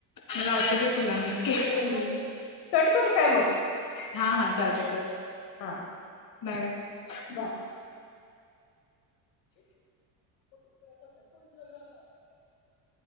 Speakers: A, on the left; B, on the left.
A: मला आता कळ तुला मी केलं
B: हम्म
A: तर
B: कट करू काय
A: हां-हां. चालते कर.
B: हां
A: बाय-बाय
B: बा <inaudible>